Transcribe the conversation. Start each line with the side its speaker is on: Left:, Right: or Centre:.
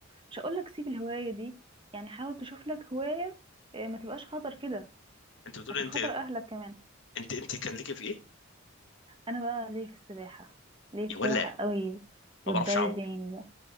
Right: مش هقول لك سيب الهواية دي يعني حاول تشوف لك هواية آه، ما تبقاش خطر كده
Left: انت بتقول
Right: عشان
Left: انت
Right: خاطر اهلك كمان
Left: انت انت كان ليك في ايه
Right: انا بقى ليه في السباحة ليه في
Left: يا
Right: السباحة
Left: ولا
Right: قوي والدايفينج
Left: ما بعرفش اعوم
Right: بقى.